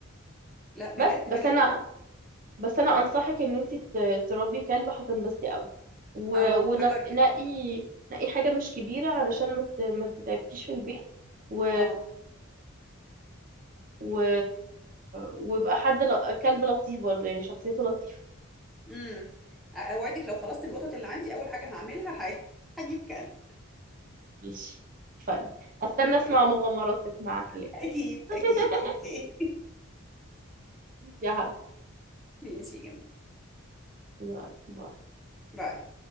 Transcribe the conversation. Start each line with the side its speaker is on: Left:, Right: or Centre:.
Centre: لا بجد
Right: بس بس
Centre: بجد
Right: انا
Centre: هو
Right: بس انا انصحك ان انتي ت- تربي كلب هتنبسطي قوي ونقي
Centre: اه هجرب
Right: نقي حاجة مش كبيرة علشان ما ت- ما تتعبكيش في البيت و
Centre: اه
Right: و ويبقى حد ل- كلب لطيف برضه يعني شخصيته لطيفة
Centre: امم اوعدك لو خلصت من القطط اللي عندي اول حاجه هعملها ه- <laughs> هجيب كلب
Right: ماشي فن هستنى اسمع
Centre: أوكي.
Right: مغامراتك مع كلاب
Centre: اكيد
Right: <laughs>
Centre: اكيد اوكي
Right: يا حبيبي
Centre: <laughs> ماشي يا جميل
Right: يلا باي.
Centre: باي